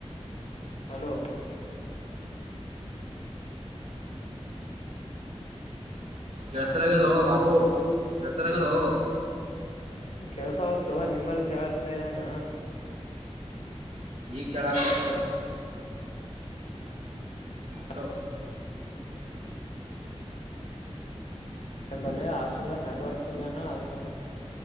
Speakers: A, on the left; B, on the right.
A: hello.
B: ಕೆಲಸಲ್ಲಆಗೇದೋ ಬಾಬು ಕೆಲಸಲ್ಲಆಗೇದೋ.
A: ಕೆಲ್ಸಾವಾತೋ ನಿಮಲ್ಲಿ ಕೇಳಾಕ್ ಹೇಳಿದಾನ.
B: ಈಗ ಕೇಳಾಗ್ತದ.
A: <inaudible>
B: ಹಲೋ.
A: ನಂಬಲ್ಲಿ ಹಾಷ್ಟೆಲ್ದಾಗ ನೆಟ್ವರ್ಕ್ ಇಲ್ಲೇನ ಅದಕ್ಕ ಹಂಗ